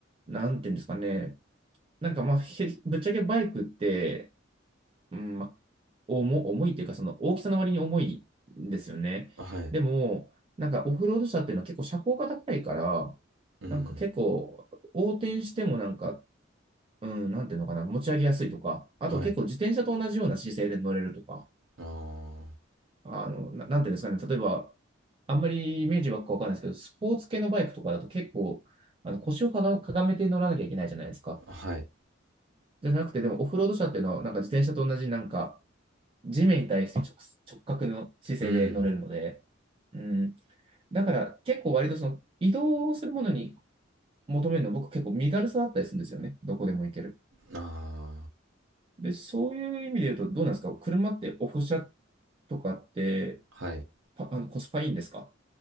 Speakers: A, on the right; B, on the right.
A: なんていうんですかね、なんかまあ、へぶっちゃけバイクって、うん、まあ、重、重いっていうか、その大きさの割に重いんですよね。
B: はい。
A: でも、なんかオフロード車っていうのは結構車高が高いから、
B: うん。
A: なんか結構横転してもなんか、うん、なんていうのかな、持ち上げやすいとか、あと結構自転車と同じような姿勢で乗れるとか、
B: はい。ああ、
A: あの、な、なんていうんですかね、例えば、あんまりイメージばっかわかんないですけど、スポーツ系のバイクとかだと結構、あの腰をかが、かがめて乗らなきゃいけないじゃないですか。
B: はい。
A: じゃなくて、でもオフロード車っていうのは、なんか自転車と同じなんか、地面に対して直、直角の姿勢で乗れるので、
B: うん。
A: うん。だから結構割とその移動するものに求めるの僕結構身軽さだったりするんですよね。どこでも行ける。
B: あ
A: で、そういう意味で言うとどうなんですか車ってオフ車とかって
B: あ、はい。
A: パ、あのコスパいいんですか